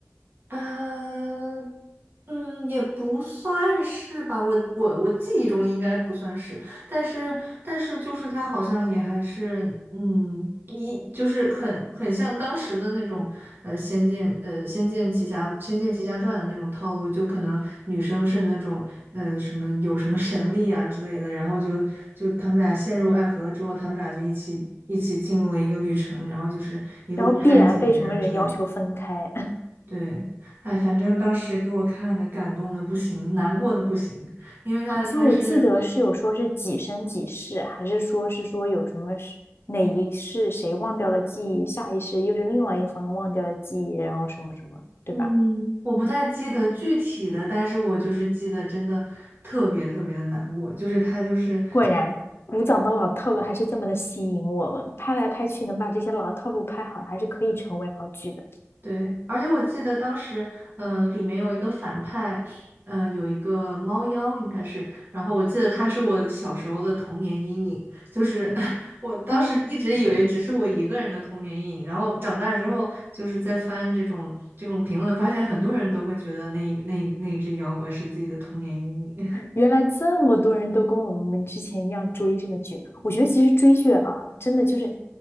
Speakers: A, on the right (about 45°); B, on the left (about 55°).
A: 呃，嗯，也不算是吧，我我我记忆中应该不算是，但是但是就是他好像也还是，嗯，一就是很很像当时的那种，呃，仙剑，呃，仙剑奇侠，仙剑奇侠传的那种套路，就可能女生是那种，呃，什么有什么神力啊之类的，然后就就他们俩陷入爱河之后，他们俩就一起一起进入了一个旅程，然后就是一路探险呀、
B: 然后必然被什么人要求分开。
A: 之类的。对，哎，反正当时给我看的感动的不行，难过的不行，因为他他是，
B: 好像我记得是有说是几生几世，还是说是说有什么是哪一世谁忘掉了记忆，下一世又是另外一方忘掉了记忆，然后什么什么，对吧？
A: 嗯，我不太记得具体的，但是我就是记得真的特别特别的难过，就是他就是。
B: 果然，古早的老套路还是这么的吸引我们，拍来拍去能把这些老套路拍好，还是可以成为好剧的。
A: 对，而且我记得当时，呃，里面有一个反派，呃，有一个猫妖，应该是。然后我记得他是我小时候的童年阴影，就是 <laughs> 我当时一直以为只是我一个人的童年阴影，
B: 哦，嗯。
A: 然后长大之后就是在翻这种这种评论，发现很多人都会觉得那那那只妖怪是自己的童年阴影。<laughs>
B: 原来这么多人都跟我们之前一样追这个剧，我觉得其实追剧啊，真的就是，